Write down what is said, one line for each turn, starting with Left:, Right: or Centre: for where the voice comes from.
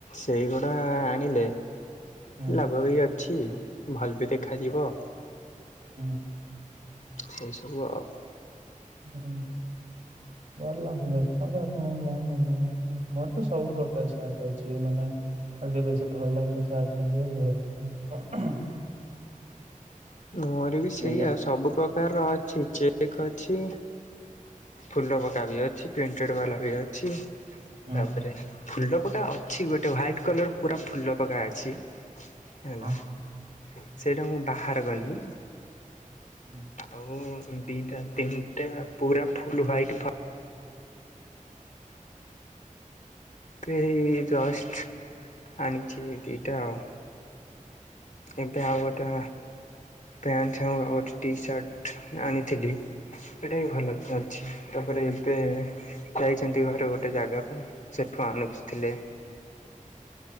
Left: ସେଇଗୁଡ଼ା ଆଣିଲେ
Right: ହୁଁ
Left: ଲାଭ ବି ଅଛି ଅଛି ଭଲ ବି ଦେଖାଯିବ
Right: ହୁଁ
Left: ସେଇ ସବୁ ଆଉ
Right: ହୁଁ ଭଲ ଦେଖନ୍ତୁ ଆପଣଙ୍କୁ ଯାହା ମନେ ହଉଛି ମୋର ତ ସବୁ ପ୍ରକାର ସାର୍ଟ ଅଛି ମାନେ ମୋତେ ବେଶୀ ଭଲ ଲାଗେ ତ ସାର୍ଟ ପିନ୍ଧିବାକୁ ହେଥିପାଇଁ
Left: ମୋର ବି ସେଇଆଉ
Right: ବୁଝିଲେ।
Left: ସବୁ ପ୍ରକାରର ଅଛି ଚେ ଚେକ୍ ଅଛି ଫୁଲ ପକା ବି ଅଛି ପ୍ରିଣ୍ଟେଡ ବାଲା ବି ଅଛି
Right: ହୁଁ।
Left: ତାପରେ ଫୁଲ ପକା ଅଛି ଗୋଟେ ହ୍ଵାଇଟ୍ କଲର ପୁରା ଫୁଲ ପକା ଅଛି ହେଲା
Right: ଅଁ,
Left: ସେଇଟା ମୁଁ ବାହାର କଲି
Right: ହୁଁ।
Left: ଆଉ ଦିଟା ତିନିଟା ପୁରା ଫୁଲ ହ୍ବାଇଟ୍ ଫର୍ ପ୍ରେ ଜଷ୍ଟ ଆଣିଛି ଦିଟା ଆଉ। ଏବେ ଆଉ ଗୋଟେ ପ୍ୟାଣ୍ଟ ସାଙ୍ଗକୁ ଆଉଗୋଟ ଟି ସାର୍ଟ ଆଣିଥିଲି। ସେଟା ବିି ଭଲ ଅଛି ତାପରେ ଏବେ ଯାଇଛନ୍ତି ଘରେ ଗୋଟେ ଜାଗାକୁ ସେଠୁ ହଁ ଆଣୁଚଥିଲେ।